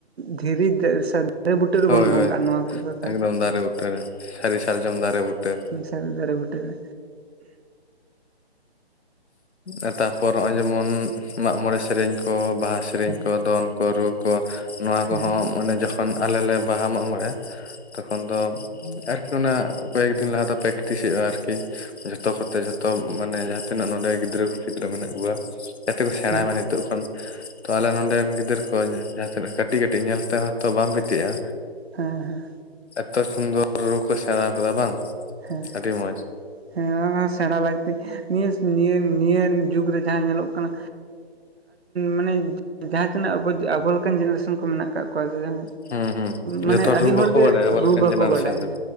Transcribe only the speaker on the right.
ᱫᱷᱤᱨᱤ ᱥᱮ ᱫᱟᱨᱮ ᱵᱩᱴᱟᱹ ᱨᱮᱵᱚᱱ
ᱵᱚᱸᱜᱟᱜᱼᱟ
ᱱᱚᱣᱟ ᱠᱚ ᱠᱟᱛᱷᱟ
ᱥᱟᱨ ᱫᱟᱨᱮ ᱵᱩᱴᱟᱹ ᱨᱮ
ᱦᱮᱸ
ᱦᱮᱸ
ᱦᱮᱸ
ᱦᱮᱸ ᱦᱮᱸ
ᱦᱮᱸ
ᱦᱮᱸ ᱚᱱᱟ ᱥᱮᱬᱟ ᱞᱟᱹᱠᱛᱤ ᱱᱤᱭᱟᱹ ᱱᱤᱭᱟᱹ ᱱᱤᱭᱟᱹ ᱡᱩᱜᱽ ᱨᱮ ᱡᱟᱦᱟᱸ ᱧᱮᱞᱚᱜ ᱠᱟᱱᱟ ᱢᱟᱱᱮ ᱡᱟᱦᱟᱸᱛᱤᱱᱟᱹᱜ ᱟᱵᱚ ᱞᱮᱠᱟᱱ ᱡᱮᱱᱟᱨᱮᱥᱚᱱ ᱠᱚ ᱢᱮᱱᱟᱜ ᱠᱟᱜ ᱠᱚᱣᱟ ᱥᱮ ᱦᱮᱸ
ᱢᱟᱱᱮ
ᱟᱹᱰᱤ
ᱦᱚᱲ
ᱜᱮ
ᱨᱩ
ᱵᱟᱠᱚ
ᱵᱟᱰᱟᱭᱟ